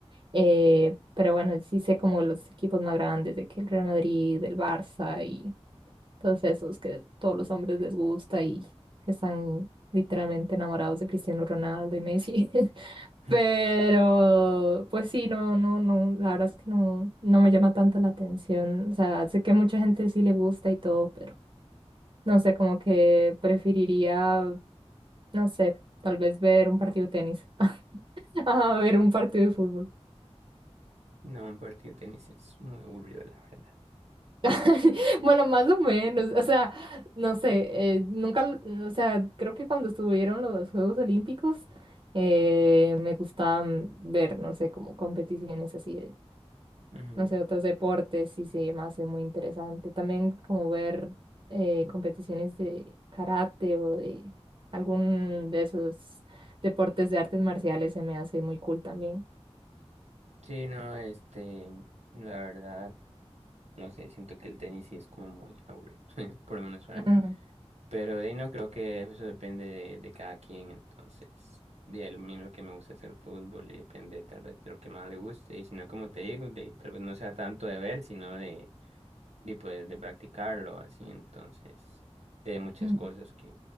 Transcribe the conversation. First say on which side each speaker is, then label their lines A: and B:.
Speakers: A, on the right; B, on the right.
A: Eh, pero bueno, sí sé como los equipos más grandes, de que el Real Madrid, el Barça y todos esos que todos los hombres les gusta y que están literalmente enamorados de Cristiano Ronaldo y Messi. <laughs>
B: <laughs>
A: Pero, pues sí, no, no, no, la verdad es que no, no me llama tanto la atención. O sea, sé que a mucha gente sí le gusta y todo, pero... No sé, como que preferiría, no sé, tal vez ver un partido de tenis. <laughs> a ver un partido de fútbol.
B: No, un partido de tenis es muy aburrido, la verdad.
A: <laughs> Bueno, más o menos. O sea, no sé, eh, nunca, o sea, creo que cuando estuvieron los Juegos Olímpicos, eh, me gustaban ver, no sé, como competiciones así
B: Ujú, ujú.
A: no sé, otros deportes y se me hace muy interesante. También como ver eh, competiciones de karate o de algún de esos deportes de artes marciales se me hace muy cool también.
B: Sí, no, este, la verdad, no sé, siento que el tenis sí es como muy aburrido, <laughs> por lo menos para
A: Mm,
B: mí. Pero de ahí no creo que eso depende de, de cada quien, entonces, de a mismo lo que me gusta es el fútbol y depende tal vez de lo que más le guste, y si no, como te digo, de, tal vez no sea tanto de ver, sino de, de poder de practicarlo, así, entonces, de muchas
A: mm,
B: cosas que,